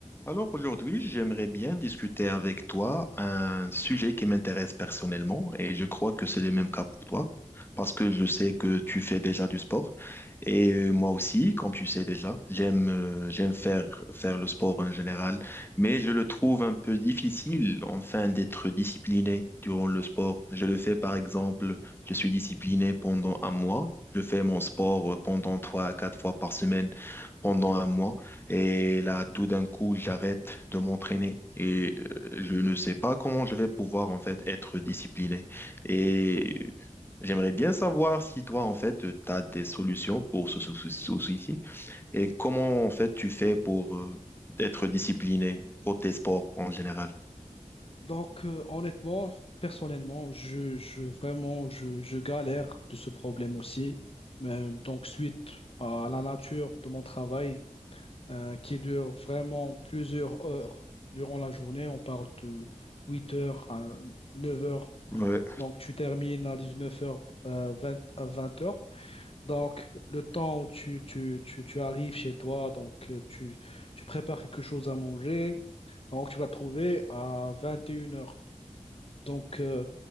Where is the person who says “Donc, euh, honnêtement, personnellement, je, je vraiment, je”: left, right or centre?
Left